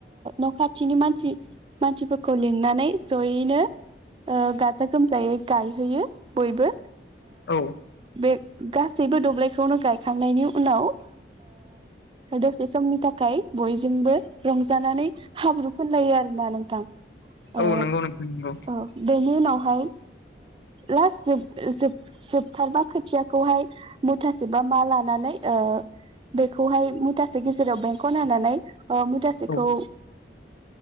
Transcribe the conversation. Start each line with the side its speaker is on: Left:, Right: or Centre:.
Right: नखाथिनि मानसि मानसिफोरखौ लिंनानै जयैनो गाजा गोमजायै गायहोयो बयबो।
Left: औ
Right: बे। गासैबो दबलायखौनो गायखांनायनि उनाव। दसे समनि थाखाय। बयजोंबो रंजानानै हाब्रु फोनलायो आरोना नोंथां।
Left: औ
Right: ओ
Left: नंगौ नोंगौ नंगौ।
Right: औ बेनि उनावहाय, लास्ट जोब जोबथारबा खोथियाखौहाय मुथासे बा मा लानानै बेखौहाय मुथासे गेजेराव बेंखन होनानानै। मुथासेखौ
Left: औ